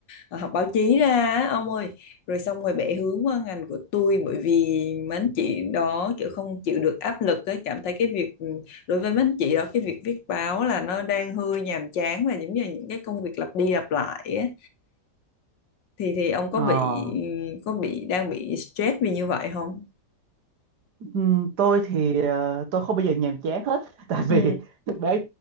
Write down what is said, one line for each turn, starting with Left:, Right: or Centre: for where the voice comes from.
Left: học báo chí ra á, ông ơi rồi xong rồi bẻ hướng qua ngành của tôi bởi vì mấy anh chị đó kiểu không chịu được áp lực ấy cảm thấy cái việc ừ, đối với mấy anh chị đó cái việc viết báo là nó đang hơi nhàm chán và giống như là những cái công việc lặp đi lặp lại ấy. Thì thì ông có
Right: Ờ
Left: bị có bị đang bị stress vì như vậy không?
Right: Ừm, tôi thì ờ, tôi không bao giờ nhàm chán hết <laughs> tại
Left: Ừ.
Right: vì thực tế